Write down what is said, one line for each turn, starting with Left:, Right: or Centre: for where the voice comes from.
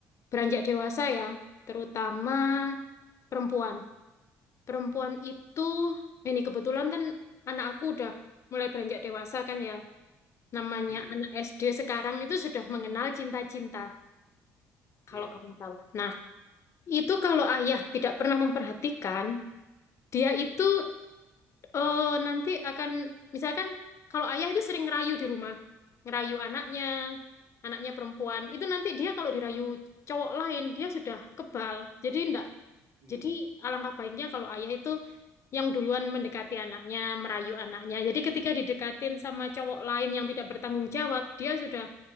Left: beranjak dewasa ya, terutama perempuan. perempuan itu ini kebetulan kan anak aku udah mulai beranjak dewasa kan ya namanya
Right: Mm-mm,
Left: anak SD sekarang itu sudah mengenal cinta-cinta kalau
Right: Iya.
Left: kamu tahu nah itu kalau ayah tidak pernah memperhatikan dia itu eh, nanti akan misalkan kalau ayah itu sering ngerayu di rumah ngerayu anaknya anaknya perempuan itu nanti dia kalau dirayu cowok lain dia sudah kebal jadi ndak
Right: Hmm.
Left: Jadi alangkah baiknya kalau ayah itu yang duluan mendekati anaknya, merayu anaknya. Jadi ketika didekatin sama cowok lain yang tidak bertanggung jawab, dia sudah